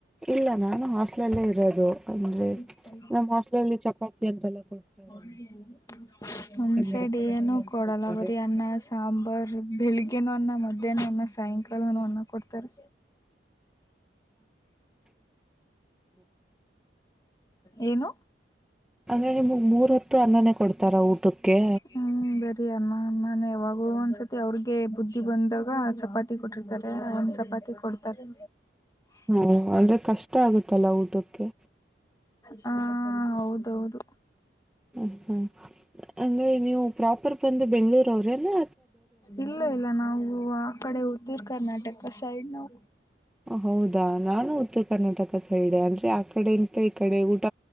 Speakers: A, in the centre; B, on the left.
A: ಇಲ್ಲ ನಾನು ಹಾಸ್ಟ್ಲಲ್ಲೇ ಇರೋದು ಅಂದ್ರೆ
B: ಸ ತಂ
A: ನಮ್ಮ್ ಹಾಸ್ಟ್ಲಲ್ಲಿ ಚಪಾತಿ ಅಂತೆಲ್ಲ ಕೊಡ್ತಾರೆ
B: <inaudible> ನಮ್
A: ಹನ್ನೆರಡು
B: ಸೈಡ್ ಏನು
A: ಚಪಾತಿ
B: ಕೊಡಲ್ಲ
A: ಕೊಡ್ತಾರೆ
B: ಬರಿ ಅನ್ನ ಸಾರ್ ಸಾಂಬಾರ್ ಬೆಳಿಗ್ಗೆನ ಅನ್ನ ಮಧ್ಯಾಹ್ನ ಅನ್ನ ಸಾಯಂಕಾಲನ ಅನ್ನ ಕೊಡ್ತಾರೆ <inaudible> ಏನು
A: ಅಂದ್ರೆ ನಿಮಗ್ ಮೂರ್ ಹೂತ್ತು ಅನ್ನನೇ ಕೊಡ್ತಾರ ಊಟಕ್ಕೆ
B: ಹ್ಮ್ ಬರಿ ಅಮ್ಮ ಅಮ್ಮನೆ ಯಾವಾಗ ಒಂದ್ಸತಿ ಅವ್ರಿಗೆ ಬುದ್ಧಿ ಬಂದಾಗ ಚಪಾತಿ ಚ ಕೊಟ್ಟಿರ್ತಾರೆ ಒಂದ್ ಚಪಾತಿ ಕೊಡ್ತಾರೆ
A: ಹ್ಮ ಅಂದ್ರೆ ಕಷ್ಟ ಆಗುತ್ತಲ್ಲ ಊಟಕ್ಕೆ
B: ಹಾ ಹೌದೌದು
A: ಹ ಹಾ ಅಂದ್ರೆ ನೀವು ಪ್ರಾಪರ್ ಬಂದು ಬೆಂಗಳೂರು ಅವ್ರಿ ನಾ
B: ಇಲ್ಲ ಇಲ್ಲ ನಾವು ಆ ಕಡೆ ಉತ್ತರ ಕರ್ನಾಟಕ ಸೈಡ್ ನ
A: ಹೌದಾ ನಾನು ಉತ್ತರ ಕರ್ನಾಟಕ ಸೈಡ್ ಅಂದ್ರೆ ಆ ಕಡೆ ಇಂತ ಈ ಕಡೆ ಊಟ